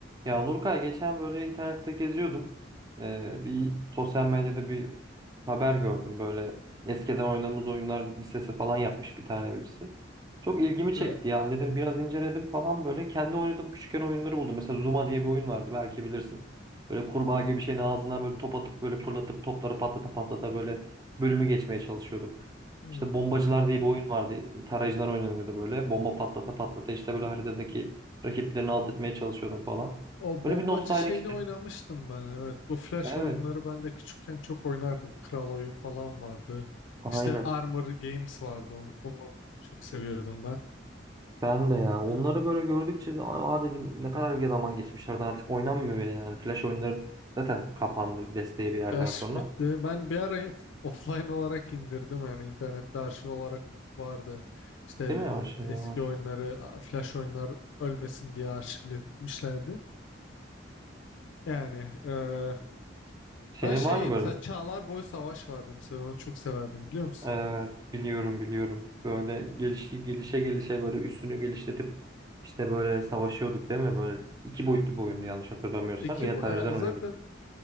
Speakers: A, on the right; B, on the left.
A: Ya Nurkay geçen böyle internette geziyordum. Ee, bir sosyal medyada bir haber gördüm böyle eskiden oynadığımız oyunlar listesi falan yapmış bir tane birisi. Çok ilgimi çekti
B: Evet.
A: yani dedim biraz inceledim falan böyle kendi oynadığım küçükken oyunları buldum. Mesela Zuma diye bir oyun vardı belki bilirsin. Böyle kurbağa gibi bir şeyin ağzından böyle top atıp böyle fırlatıp topları patlata patlata böyle bölümü geçmeye çalışıyorduk.
B: Hmm.
A: İşte bombacılar diye bir oyun vardı. Tarayıcıdan oynanıyordu böyle. Bomba patlata patlata işte böyle haritadaki rakiplerini alt etmeye çalışıyordum falan.
B: O
A: Böyle
B: bombacı
A: bir nostaljik
B: şeyini
A: hissettim.
B: oynamıştım ben evet. Bu Flash
A: Evet.
B: oyunları ben de küçükken çok oynardım. Kral oyun falan vardı.
A: Aynen.
B: İşte Armor Games vardı. Onu, onu oynamayı çok seviyordum ben.
A: Ben de ya. Onları
B: E,
A: böyle gördükçe de, aa dedim ne kadar zaman geçmişlerden artık oynanmıyor bile yani. Flash oyunları zaten kapandı desteği bir yerden
B: Flash
A: sonra.
B: bitti. Ben bir ara f- offline olarak indirdim yani internette arşiv olarak vardı. İşte
A: Değil mi ya? Şeyler
B: e, eski
A: var.
B: oyunları a- Flash oyunlar ölmesin diye arşivlemişlerdi. Yani e,
A: Senin
B: ben şey
A: var mı böyle?
B: mesela Çağlar Boy Savaş vardı mesela onu çok severdim biliyor musun?
A: Evet. Biliyorum biliyorum. Böyle gelişti gelişe gelişe böyle üstünü geliştirip işte böyle savaşıyorduk değil mi? Böyle iki boyutlu bir oyundu yanlış hatırlamıyorsam.
B: İki
A: Yine
B: bu
A: tarihçiden
B: yani
A: oynuyorduk.
B: zaten